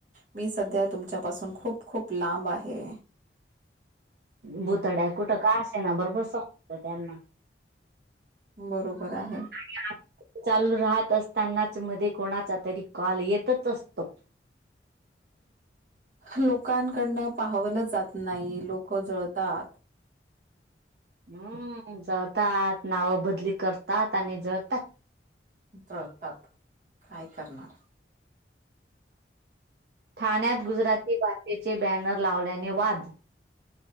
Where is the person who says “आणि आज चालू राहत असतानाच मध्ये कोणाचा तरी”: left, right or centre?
Right